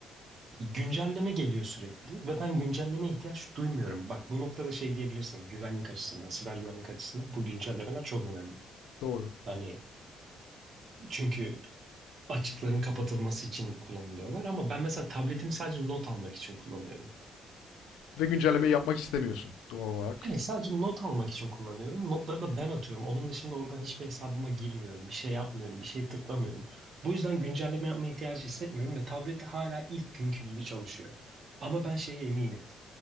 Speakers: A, on the right; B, on the left.
A: Güncelleme geliyor sürekli ve ben güncellemeye ihtiyaç duymuyorum. Bak bu noktada şey diyebilirsin güvenlik açısından, siber güvenlik açısından bu güncellemeler çok önemli.
B: Doğru.
A: Hani çünkü açıkların kapatılması için kullanılıyorlar. Ama ben mesela tabletimi sadece not almak için kullanıyorum.
B: Ve güncellemeyi yapmak istemiyorsun doğal olarak.
A: Yani sadece not almak için kullanıyorum. Notları da ben atıyorum. Onun dışında oradan hiçbir hesabıma girmiyorum. Bir şey yapmıyorum. Bir şey tıklamıyorum. Bu yüzden güncelleme yapma ihtiyacı hissetmiyorum ve tablette hala ilk günkü gibi çalışıyor. Ama ben şeye eminim.